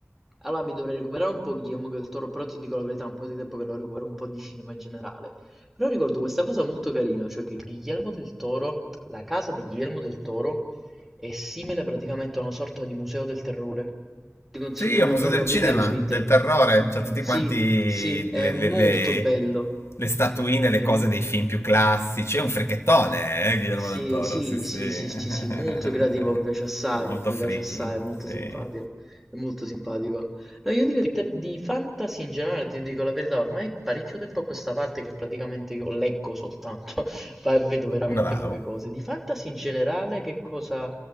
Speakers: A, in the centre; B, on the left.
A: Allora mi dovrei recuperare un po' Guillermo del Toro, però ti dico la verità, è un po' di tempo che non recupero un po' di cinema in generale. Però ricordo questa cosa molto carina, cioè che Guillermo del Toro, la casa di Guillermo del Toro è simile praticamente a una sorta di museo del terrore. Ti consiglio
B: Sì, è
A: di
B: un
A: andarla
B: museo del
A: a
B: cinema,
A: vedere su internet.
B: del terrore. C'ha tutti
A: Sì,
B: quanti
A: sì, è
B: le,
A: molto
B: le- le-
A: bello.
B: le statuine, le
A: È
B: cose
A: m-
B: dei film più classici. È un frichettone, eh, Guillermo
A: sì,
B: del Toro.
A: sì,
B: Sì, sì.
A: sì,
B: <laughs>
A: sì,
B: È
A: sì, sì, molto creativo, mi piace assai,
B: molto
A: mi
B: friki.
A: piace assai, è molto
B: Sì.
A: simpatico, è molto simpatico. No, io direi te- di fantasy in generale, ti dico la verità, ormai è parecchio tempo a questa parte che praticamente io leggo soltanto, <laughs> ma vedo veramente
B: Bravo.
A: poche cose. Di fantasy in generale, che cosa...